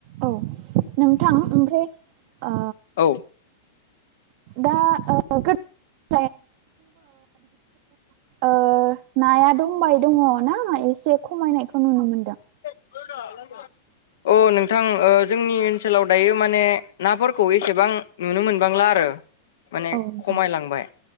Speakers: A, on the right; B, on the left.
A: औ नोंथां ओमफ्राय ओ
B: औ
A: दा ओ <unintelligible> ओ नाया दंबाय दङ ना एसे खमायनायखौ नुनो मोनदों।
B: <unintelligible> अ नोंथां ओ जोंनि ओनसोलाव दायो माने नाफोरखौ एसेबां नुनो मोनबांला आरो माने
A: औ नोंथां
B: खमायलांबाय